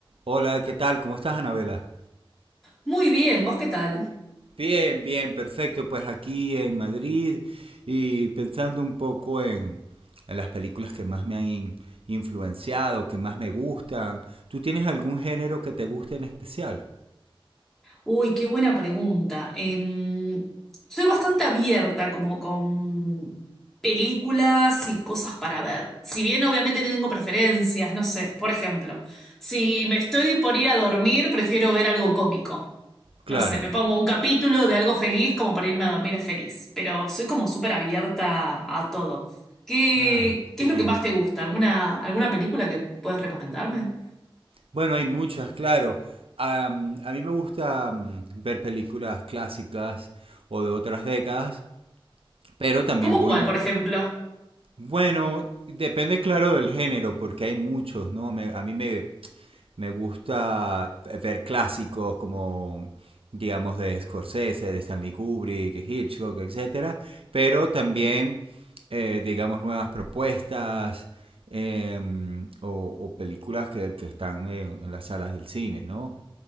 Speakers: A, on the right; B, in the centre.
A: Hola, ¿qué tal? ¿Cómo estás, Anabela?
B: Muy bien, ¿vos qué tal?
A: Bien, bien, perfecto. Pues aquí en Madrid y pensando un poco en, en las películas que más me han in- influenciado, que más me gustan. ¿Tú tienes algún género que te guste en especial?
B: Uy, qué buena pregunta. Em, soy bastante abierta como con películas y cosas para ver. Si bien obviamente tengo preferencias, no sé, por ejemplo, si me estoy por ir a dormir, prefiero ver algo cómico.
A: Claro.
B: No sé, me pongo un capítulo de algo feliz como para irme a dormir feliz, pero soy como súper abierta a todo. ¿Qué,
A: Ah,
B: qué
A: qué
B: es
A: bien.
B: lo que más te gusta? ¿Alguna, alguna película que puedas recomendarme?
A: Bueno, hay muchas, claro. Am, a mí me gusta am, ver películas clásicas o de otras décadas, pero también
B: ¿Cómo
A: voy,
B: cuál, por ejemplo?
A: bueno, depende claro del género, porque hay muchos, ¿no? Me- a mí me, Me gusta eh, ver clásicos como, digamos, de Scorsese, de Stanley Kubrick, Hitchcock, etcétera, Pero también, eh, digamos, nuevas propuestas eh, o, o, películas que, que están en, en las salas del cine, ¿no?